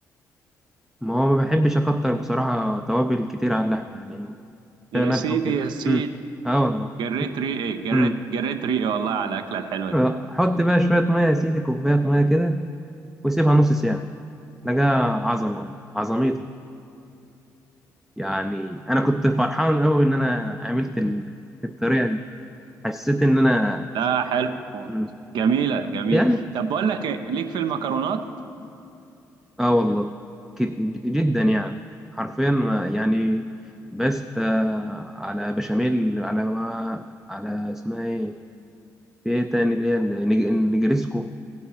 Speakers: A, in the centre; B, on the right.
A: ما هو ما بحبش أكتر بصراحة توابل كتير على اللحمة يعني
B: يا
A: فيها ملح
B: سيدي
A: وفلفل
B: يا سيدي
A: أمم أه والله
B: جريت ريقي جريت
A: أمم
B: جريت ريقي والله على الاكله الحلوه
A: آه،
B: دي
A: حط بقى شوية مية يا سيدي كوباية مية كده وسيبها نص ساعة لقاها عظمة والله عظميته يعني أنا كنت فرحان أوي إن أنا عملت ال- الطريقة دي حسيت إن أنا
B: لا حلو موت.
A: مم.
B: جميله جميله
A: يعني
B: طب بقول لك ايه ليك في المكرونات
A: آه والله كت- جدا يعني حرفيا ما- يعني بست آه، على بشاميل على ما على اسمها إيه في إيه تاني اللي هي النج- النجريسكو